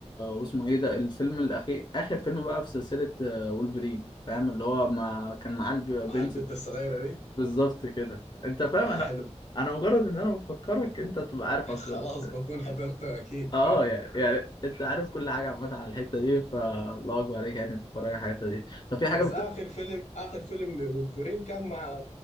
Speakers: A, on the left; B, on the left.
A: مم.
B: واسمه ايه ده الفيلم الاخير اخر فيلم بقى في سلسلة آه، وولفرين فاهم اللي هو ما كان معاه الب-
A: مع
B: بنت
A: البت الصغيرة دي
B: بالظبط كده انت فاهم
A: اه
B: انا
A: حلو <laughs>
B: انا مجرد ان انا بفكرك انت تبقى عارف
A: خلاص
B: على البلوت.
A: بكون حضرته اكيد
B: اه يعني, يعني انت عارف كل حاجه عامه عن الحته دي فالله اكبر عليك يعني بتتفرج على الحته دي
A: <laughs>
B: طب في
A: بس
B: حاجه بت...
A: اخر فيلم اخر فيلم لولفرين كان مع